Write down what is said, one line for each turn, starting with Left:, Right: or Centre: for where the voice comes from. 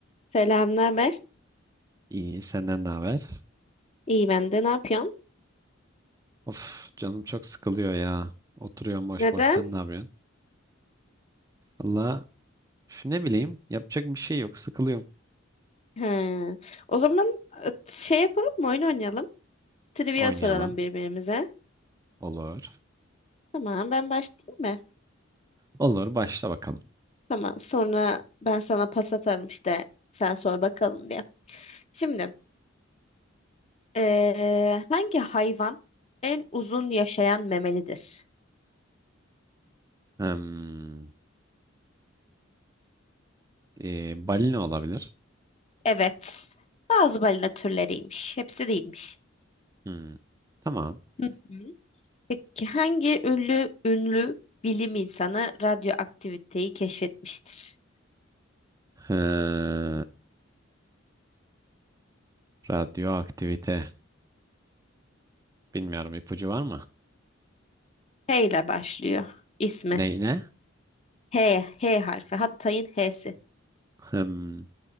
Left: Selam, ne haber?
Right: İyi, senden ne haber?
Left: İyi ben de. Ne yapıyorsun?
Right: Of, canım çok sıkılıyor ya. Oturuyorum boş
Left: Neden?
Right: boş. Sen ne yapıyorsun? Valla ne bileyim, yapacak bir şey yok. Sıkılıyorum.
Left: He. O zaman e, şey yapalım mı? Oyun oynayalım. Trivia
Right: Oynayalım.
Left: soralım birbirimize.
Right: Olur.
Left: Tamam, ben başlayayım mı?
Right: Olur, başla bakalım.
Left: Tamam, sonra ben sana pas atarım işte. Sen sor bakalım diye. Şimdi, eee, hangi hayvan en uzun yaşayan memelidir?
Right: Hmm, e, balina olabilir.
Left: Evet, bazı balina türleriymiş. Hepsi değilmiş.
Right: Hmm, tamam.
Left: Hı hı. Peki hangi ünlü ünlü bilim insanı radyoaktiviteyi keşfetmiştir?
Right: Ee, radyoaktivite. Bilmiyorum ipucu var mı?
Left: H ile başlıyor ismi.
Right: Ne ne?
Left: H, H harfi. Hatay'ın H'si.
Right: Hmm,